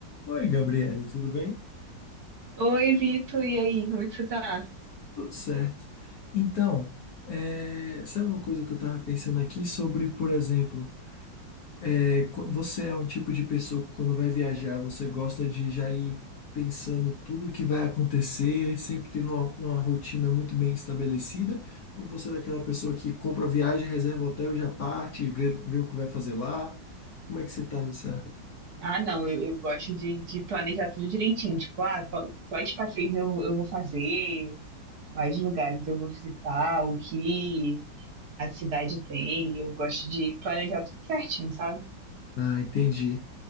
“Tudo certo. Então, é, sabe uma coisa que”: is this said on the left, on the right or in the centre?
Left